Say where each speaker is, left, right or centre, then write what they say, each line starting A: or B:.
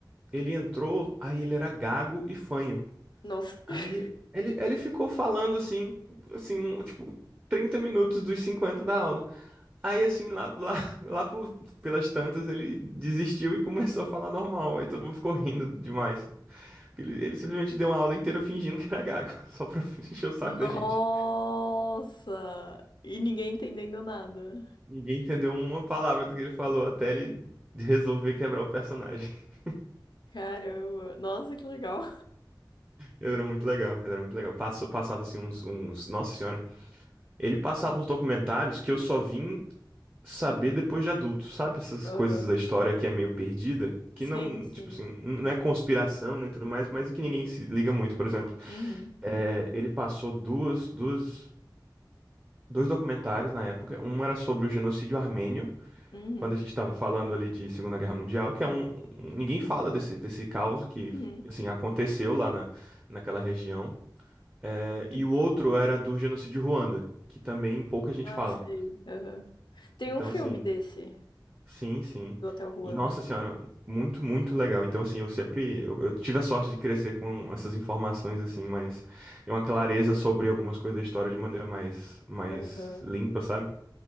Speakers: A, on the right; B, on the left.
A: Ele entrou, aí ele era gago e fanho.
B: Nossa.
A: Aí
B: <laughs>
A: ele, ele ficou falando assim, assim, um, tipo, 30 minutos dos 50 da aula. Aí assim, lá, lá, lá por- pelas tantas, ele desistiu e começou a falar normal. Aí todo mundo ficou rindo demais. Ele, ele simplesmente deu uma aula inteira fingindo que era gago, <laughs> só pra encher o saco
B: Nossa!
A: da gente.
B: E ninguém entendendo nada.
A: Ninguém entendeu uma palavra do que ele falou até ele resolver quebrar o personagem. <laughs>
B: Caramba. Nossa, que legal.
A: Ele era muito legal, ele era muito legal. Passou, passava assim uns, uns. Nossa senhora. Ele passava uns documentários que eu só vim saber depois de adulto, sabe? Essas
B: Aham.
A: coisas da história que é meio perdida, que
B: Sim,
A: não,
B: sim.
A: tipo assim, não é conspiração nem tudo mais, mas é que ninguém se liga muito, por exemplo.
B: Uhum.
A: É, ele passou duas, duas, dois documentários na época. Um era sobre o genocídio armênio,
B: Uhum.
A: quando a gente estava falando ali de Segunda Guerra Mundial, que é um, um- ninguém fala desse desse caos que
B: Uhum.
A: assim aconteceu lá na, naquela região. É, e o outro era do genocídio Ruanda, que também pouca gente
B: Ah,
A: fala.
B: sei. Aham. Tem
A: Então,
B: um filme
A: assim,
B: desse,
A: Sim, sim.
B: do Hotel Ruanda.
A: E nossa senhora, muito, muito legal. Então, assim, eu sempre, eu, eu tive a sorte de crescer com essas informações, assim, mas e uma clareza sobre algumas coisas da história de maneira mais, mais
B: Aham.
A: limpa, sabe?